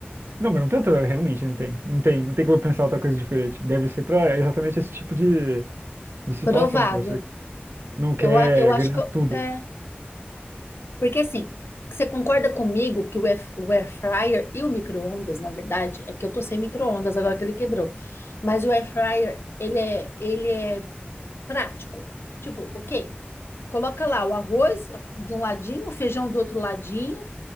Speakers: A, on the right (about 75°); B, on the left (about 80°).
A: Não, mas não tem realmente não tem. Não tem, não tem como pensar outra coisa diferente. Deve ser pra exatamente esse tipo de, de situação
B: provável.
A: que você não quer
B: Eu, a- eu acho
A: ganhar
B: que eu-
A: tudo.
B: é, porque assim, você concorda comigo que o air, o air fryer e o micro-ondas, na verdade, é que eu tô sem micro-ondas agora que ele quebrou. Mas o air fryer, ele é, ele é prático. Tipo, ok, coloca lá o arroz de um ladinho, o feijão do outro ladinho,